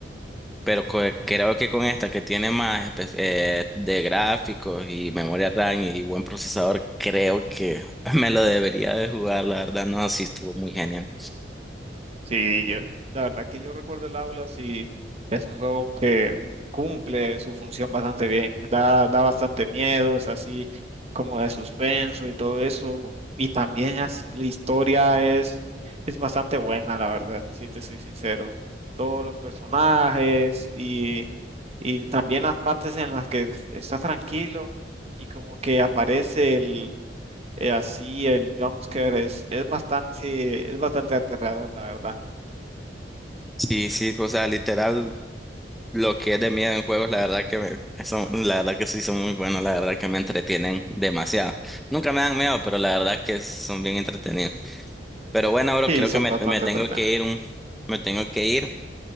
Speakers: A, in the centre; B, on the right.
A: Pero co- creo que con esta que tiene más espe- eh, de gráficos y memoria RAM y buen procesador, creo que <laughs> me lo debería de jugar, la verdad. No, sí estuvo muy genial.
B: Sí, yo, la verdad que yo recuerdo el aula, sí, es un juego que cumple su función bastante bien, da, da bastante miedo, es así como de suspenso y todo eso, y también as- la historia es, es bastante buena, la verdad, si te soy sincero. Todos los personajes y, y también las partes en las que estás tranquilo y como que aparece el, eh, así el jumpscare, es, es bastante, es bastante aterrador, la verdad.
A: Sí, sí, o sea, literal, lo que es de miedo en juegos, la verdad que me- son, la verdad que sí son muy buenos, la verdad que me entretienen demasiado. Nunca me dan miedo, pero la verdad que son bien entretenidos. Pero bueno, bro,
B: Sí,
A: creo
B: son
A: que me,
B: bastante
A: me tengo
B: entretenidas.
A: que ir un, me tengo que ir.